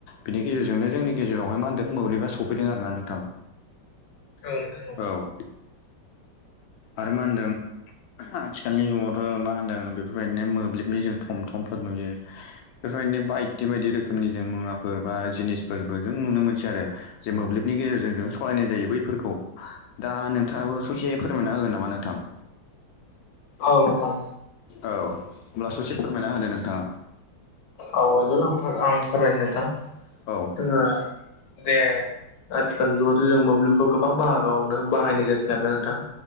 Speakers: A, on the left; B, on the left.
A: बिनि गेजेरजोंनो जोंनि गेजेरावहाय मा होनदों मोब्लिबा सफैदों आरो ना नोंथां।
B: औ नोंथां औ।
A: औ। आरो मा होनदों। आथिखालनि जुगावथ' मा होनदों बेफोरबायदिनो मोब्लिबनि जों थम थमफोर नुयो। बेफोरबायदिनो बायदि बायदि रोखोमनि जों मुवाफोर बा जिनिसफोरबो जों नुनो मोनसै आरो। जे मोब्लिबनि गेजेरजों जों सालायनाय जायो बैफोरखौ दा नोंथाङाबो ससे फोरमायना होगोन नामा नोंथां।
B: औ नोंथां।
A: औ हब्ला ससे फोरमायना होनो नोंथाङा।
B: औ <unintelligible> आं फोरमायनो नोंथां
A: औ
B: जोङो जे आथिखालनि जुगावथ' जों मोब्लिबखौ गोबां बाहागोआवनो बाहायनाय जासै आरोना नोंथां